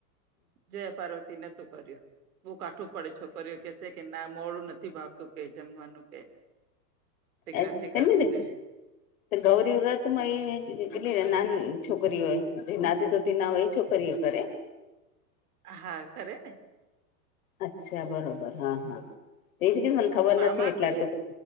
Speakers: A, on the right (about 60°); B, on the left (about 55°).
A: જય પાર્વતી નતું કર્યું બહુકાઠું પડે છોકરીઓ કેશે કે ના મોળુનથી ભાવતું કે જમવાનું કે તે કે
B: એ
A: નથી
B: તેમને
A: કરવું કે
B: ગૌરી વ્રત માં એ કેટલી નાની છોકરીઓય જે નાતી ધોતી ના હોય એ છોકરીઓ કરે <inaudible>
A: હા કરે ને
B: અચ્છા બરોબર હા હા તે કે ખબર
A: પણ
B: નથી
A: અમારે
B: એટલા
A: તો
B: ટૂક
A: એ